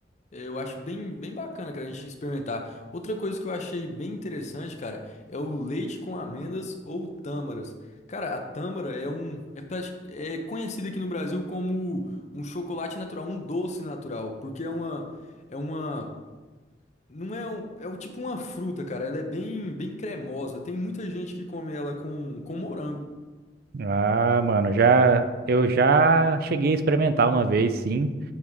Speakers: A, on the left; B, on the right.
A: Eu acho bem, bem bacana, cara, a gente experimentar. Outra coisa que eu achei bem interessante, cara, é o leite com amêndoas ou tâmaras. Cara, a tâmara é um, é, prati- é conhecida aqui no Brasil como um chocolate natural, um doce natural, porque é uma, é uma, não é um, é um, tipo uma fruta, cara. Ela é bem, bem cremosa. Tem muita gente que come ela com, com morango.
B: Ah, mano, já eu já cheguei a experimentar uma vez, sim,